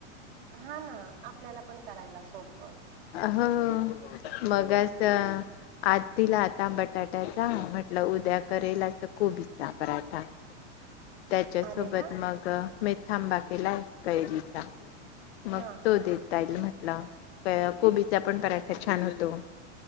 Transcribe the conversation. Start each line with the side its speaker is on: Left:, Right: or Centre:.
Right: हा ना आपल्याला पण करायला सोप.
Left: हो मगं असं आज दिला आता बटाट्याचा म्हटलं उद्या करेल अस कोबीचा पराठा. त्याच्यासोबत
Right: अरे वा
Left: मग मेथांबा केलाय कैरीचा. मग
Right: हा
Left: तो देतईल म्हटला कोबीचा पण पराठा छान होतो.